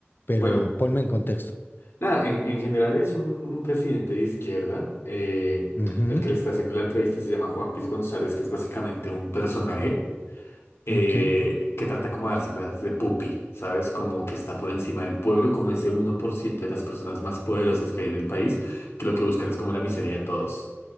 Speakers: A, on the left (about 50°); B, on the left (about 70°).
A: Pero
B: Bueno,
A: ponme en contexto.
B: nada, en, en general es un, un presidente de izquierda. eh,
A: Ujú,
B: el que le está haciendo la entrevista se llama Juan Piz González, que es básicamente un personaje. eh,
A: Ok,
B: que trata como de dárselas de pupi, ¿sabes? Como que está por encima del pueblo, como ese uno por ciento de las personas más poderosas que hay en el país, que lo que buscan es como la miseria de todos.